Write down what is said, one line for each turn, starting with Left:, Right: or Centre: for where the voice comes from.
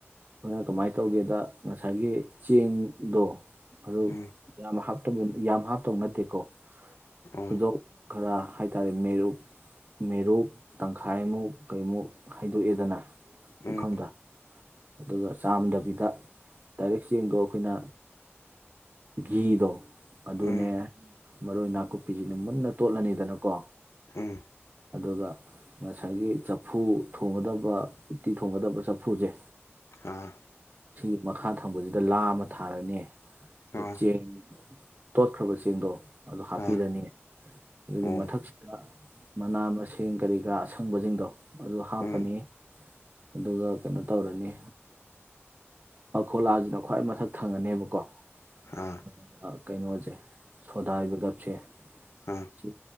Right: ꯑꯩꯈꯣꯏꯅ ꯀꯃꯥꯏꯅ ꯇꯧꯒꯦꯗ ꯉꯁꯥꯏꯒꯤ ꯆꯦꯡꯗꯣ ꯑꯗꯨ
Left: ꯎꯝ
Right: ꯌꯥꯝ ꯍꯥꯞꯇꯕ ꯌꯥꯝ ꯍꯥꯞꯇꯕ ꯅꯠꯇꯦꯀꯣ
Left: ꯑꯣ
Right: ꯍꯧꯗꯣꯛ ꯈꯔ ꯍꯥꯏ ꯇꯔꯦ ꯃꯔꯨꯞ ꯃꯦꯔꯨꯞ ꯇꯪꯈꯥꯏꯃꯨꯛ ꯀꯩꯃꯨꯛ ꯍꯥꯏꯩꯗꯣꯛꯑꯦꯗꯅ
Left: ꯎꯝ
Right: ꯄꯨꯈꯝꯗ ꯑꯗꯨꯒ ꯆꯥꯝꯗꯕꯤꯗ ꯗꯥꯏꯔꯛ ꯆꯦꯡꯗꯣ ꯑꯩꯈꯣꯏꯅ ꯘꯤꯗꯣ ꯑꯗꯨꯅꯦ
Left: ꯎꯝ
Right: ꯃꯔꯣꯏ ꯅꯥꯀꯨꯞꯄꯤꯁꯤꯅ ꯃꯨꯟꯅ ꯇꯣꯠꯂꯅꯤꯗꯅꯀꯣ
Left: ꯎꯝ
Right: ꯑꯗꯨꯒ ꯉꯁꯥꯏꯒꯤ ꯆꯐꯨ ꯊꯣꯡꯒꯗꯕ ꯎꯇꯤ ꯊꯣꯡꯒꯗꯕ ꯆꯐꯨꯁꯦ
Left: ꯑꯥ
Right: ꯁꯤꯒꯤ ꯃꯈꯥ ꯊꯪꯕꯁꯤꯗ ꯂꯥ ꯑꯃ ꯊꯥꯔꯅꯤ ꯑꯗꯨ
Left: ꯑꯥ
Right: ꯆꯦꯡ ꯇꯣꯠꯈ꯭ꯔꯕ ꯆꯦꯡꯗꯣ ꯑꯗꯨꯣ ꯍꯥꯞꯄꯤꯔꯅꯤ
Left: ꯑꯥ
Right: ꯑꯗꯨꯒꯤ
Left: ꯑꯣ
Right: ꯃꯊꯛꯁꯤꯗ ꯃꯅꯥ ꯃꯁꯤꯡ ꯀꯔꯤ ꯀꯔꯥ ꯑꯁꯪꯕꯁꯤꯡꯗꯣ ꯑꯗꯨ ꯍꯥꯞꯄꯅꯤ
Left: ꯎꯝ
Right: ꯑꯗꯨꯒ ꯀꯩꯅꯣ ꯇꯧꯔꯅꯤ ꯄꯥꯈꯣꯂꯥꯁꯤꯅ ꯈ꯭ꯋꯥꯏ ꯃꯊꯛ ꯊꯪꯉꯅꯦꯕꯀꯣ
Left: ꯑꯥ
Right: ꯑꯗꯨꯒ ꯀꯩꯅꯣꯁꯦ ꯁꯣꯗꯥꯕꯒꯞꯁꯦ
Left: ꯑꯥ
Right: ꯁꯤ